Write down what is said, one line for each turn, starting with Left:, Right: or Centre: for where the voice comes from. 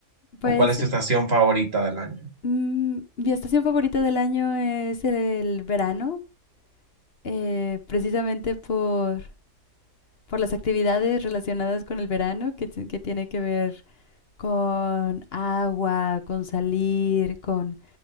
Left: Pues
Right: ¿O cuál es tu estación favorita del año?
Left: mm, mi estación favorita del año es el, el verano, eh, precisamente por, por las actividades relacionadas con el verano, que, ti- que tiene que ver con agua, con salir, con